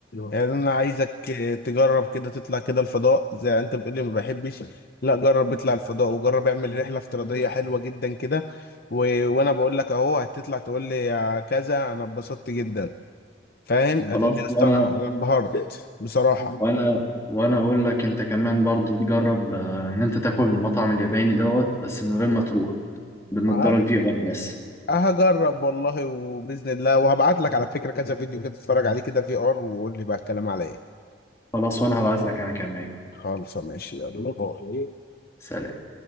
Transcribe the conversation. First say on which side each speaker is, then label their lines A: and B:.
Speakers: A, on the left; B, on the left.
A: يعني انا عايزك آه، تجرب كده تطلع كده الفضاء زي انت بتقولي ما بحبش لا جرب اطلع الفضاء وجرب اعمل رحله افتراضيه حلوه جدا كده و... وانا بقول لك اهو هتطلع تقول لي يا كذا انا اتبسطت جدا فاهم هتقول
B: خلاص
A: لي يا اسطى
B: وانا
A: انا أنا اتبهرت بصراحه
B: وانا وانا اقول لك انت كمان برضو تجرب آه، ان انت تاكل من المطعم الياباني دوت بس من غير ما تروح بالنضاره
A: ه-
B: الفي ار بس
A: هجرب والله وباذن الله وهبعت لك على فكره كذا فيديو كده تتفرج عليه كده في ار وقول لي بقى الكلام على ايه
B: خلاص وانا هبعت لك انا كمان
A: خالص ماشي يلا باي
B: سلام